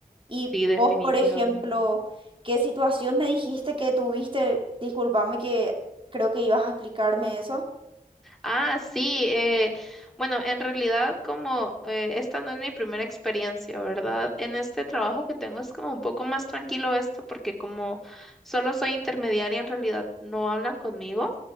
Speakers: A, on the right; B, in the centre.
A: Y
B: Sí, definitivamente.
A: vos, por ejemplo, ¿qué situación me dijiste que tuviste? Disculpame que creo que ibas a explicarme eso.
B: Ah, sí. eh, bueno, en realidad como eh, esta no es mi primera experiencia, ¿verdad? En este trabajo que tengo es como un poco más tranquilo esto porque como solo soy intermediaria, en realidad no hablan conmigo,